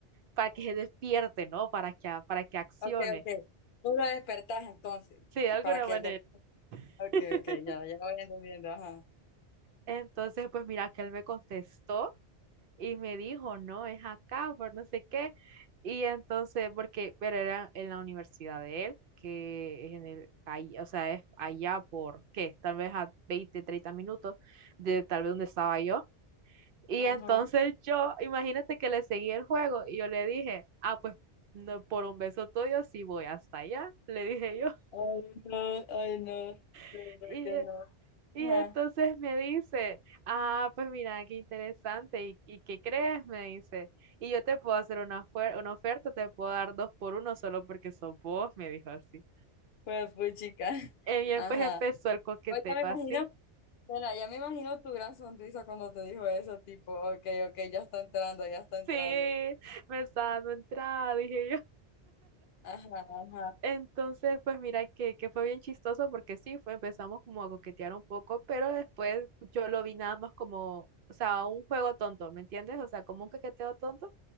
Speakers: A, on the right; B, on the left.
A: para que <laughs> se despierte, ¿no? Para que, a- para que accione,
B: ok, ok. Tú lo despertás entonces.
A: sí, de
B: Y
A: alguna
B: para que
A: manera.
B: el del...
A: <laughs>
B: Ok, ok, ya, ya voy entendiendo. Ajá.
A: Entonces, pues mira que él me contestó. y me dijo, no, es acá, por no sé qué. Y entonces, porque, pero era en la universidad de él, que es en el, ahí, o sea, es allá por, ¿qué? Tal vez a 20 30 minutos de tal vez donde estaba yo. Y
B: Ajá.
A: entonces yo, imagínate que le seguí el juego y yo le dije, ah, pues no, por un beso tuyo sí voy hasta allá, le dije yo.
B: Ay, no, ay, no. De
A: <laughs>
B: verdad
A: y
B: que no.
A: Y
B: Ajá.
A: entonces me dice, ah, pues mira, qué interesante, ¿y, y qué crees? Me dice, y yo te puedo hacer una, fuer- una oferta, te puedo dar dos por uno solo porque sos vos, me dijo así.
B: Pues, pues, chica. <laughs>
A: Y bien,
B: Ajá.
A: pues empezó el coqueteo
B: Pues ya me
A: así.
B: imagino, bueno, ya me imagino tu gran sonrisa cuando te dijo eso, tipo, ok, ok, ya está entrando, ya está entrando.
A: Sí, me estaba dando entrada, dije yo.
B: Ajá,
A: Entonces, pues mira que, que fue bien chistoso porque sí, fue, empezamos como a coquetear un poco, pero después yo lo vi nada más como, o sea, un juego tonto, ¿me entiendes? O sea, como un coqueteo tonto,